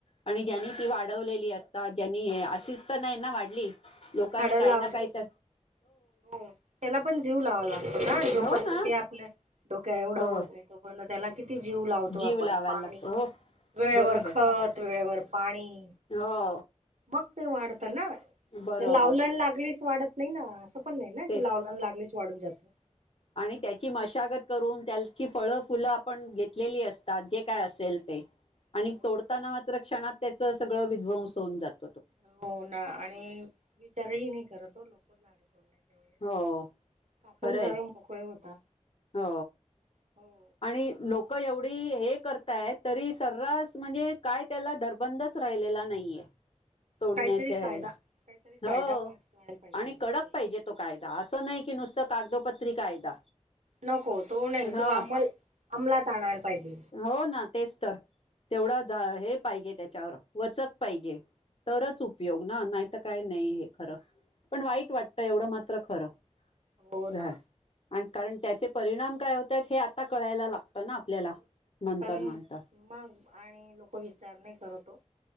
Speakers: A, on the left; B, on the right.
A: आणि ज्यांनी ती वाढवलेली अस अ ज्यांनी हे अशीच तर नाही ना वाढली. लोकांनी
B: झाडं
A: काय
B: लावतात
A: ना, काय तर.
B: हो त्याला पण जीव लावा लागतो ना
A: हो
B: जोपर्यंत
A: ना
B: ते आपलं डोक्या एवढं
A: हो
B: होत नाही तोपर्यंत त्याला. किती जीव लावतो
A: जीव
B: आपण
A: लावायला
B: पाणी
A: लागतो हो
B: वेळेवर
A: बरोबर
B: खत वेळेवर पाणी.
A: हो.
B: मग ते वाढत. ना
A: बरोबर
B: तर लावल लागलीच वाढत नाही ना अस. पण नाही
A: तेच
B: ते लावल न लागलीच. वाढून जाते.
A: आणि त्याची मशागत करून त्याल ची फळ फुलं आपण घेत लेली असतात जे काय असेल ते. आणि
B: हो
A: तोडताना मात्र क्षणात. त्याच सगळं विध्वंस होन जातं.
B: हो ना आणि विचारही नाही करत हो लोक लाड. बोलच <unintelligible>
A: हो
B: कापून
A: खरंय
B: सर्व मोकळे होता.
A: हो.
B: हो <unintelligible>
A: आणि लोक एवढी हे करताय तरी सर्रास म्हणजे काय त्याला दधर बंदच राहिलेला नाहीये. तोडण्याच्यायाला
B: काहीतरी कायदा काहीतरी कायदा
A: हो
B: पास व्हायला पाहिजे
A: आणि
B: याच्या
A: कडक
B: विरुद्ध.
A: पाहिजे तो कायदा असं नाही कि नुसतं कागदोपत्री कायदा
B: नको तो नाही
A: हा.
B: तो अंमल अंमलात आणायला पाहिजे.
A: हो ना तेच तर तेवढा ज हे. पाहिजे त्याच्यावर वचक पाहिजे. तरच उपयोग ना नाहीतर. काय नाही हे. खरं पण वाईट वाटत. त एवढं मात्र खरं. <unintelligible>
B: हो ना
A: य आणि कारण त्याचे परिणाम कळवत आहेत हे <unintelligible> आता कळायला लागतं ना, आपल्याला. नंतर
B: पण
A: नंतर
B: मग आणि लोक विचार नाही करतो